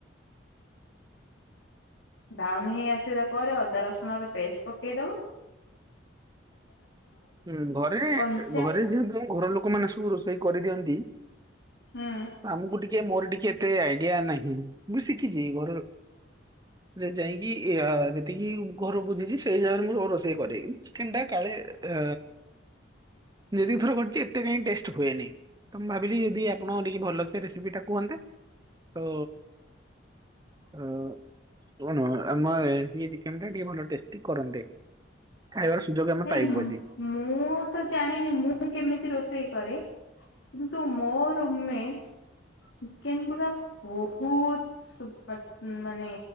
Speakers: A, on the left; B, on the right.
A: ବ୍ରାଉନ ହେଇ ଆସିଲା ପରେ ଅଦା ରସୁଣ ର ପେଷ୍ଟ ପକେଇ ଦବ
B: ହୁଁ ଘରେ
A: କଞ୍ଚା
B: ଘରେ ଯେହେତୁ ଘର ଲୋକମାନେ ସବୁ ରୋଷେଇ କରିଦିଅନ୍ତି।
A: ହୁଁ
B: ଆମକୁ ଟି କେ ମୋର ଟିକେ ଏତେ ଆଇଡିଆ ନାହିଁ ମୁଁ ଶିଖିଚି ଘରୁ ଯେ ଯାଇକି ଇୟା ଯେତିକି ଘରୁ ବୁଝିଛି ସେଇ ଜାଗାରେ ମୁଁ ରୋଷେଇ କରେ କିନ୍ତୁ ଚିକେନ ଟା କାଳେ ଅ ଯେତିକି ଥର କରିଚି ଏତେ କାହିଁକି ଟେଷ୍ଟ ହୁଏନି। ତ ମୁଁ ଭାବିଲି ଯଦି ଆପଣ ଟିକେ ଭଲସ ରେସିପି ଟା କୁହନ୍ତେ ତ ଅ କଣ ଆମ ଚିକେନ ଟା ଟିକେ ଭଲ ଟେଷ୍ଟି କରନ୍ତେ କଖାଇବାର ସୁଯୋଗ ଆମେ
A: ନାଇଁ
B: ପାଇବୁ
A: ମୁ
B: ଆଜି।
A: ମୁଁ ତ ଜାଣିନି ମୁଁ କେମିତି ରୋଷେଇ କରେ କିନ୍ତୁ ମୋ ରୁମ ମେଟ୍ ଚିକେନ ପୁରା ଓ ବହୁତ୍ ସୁପର୍ ମାନେ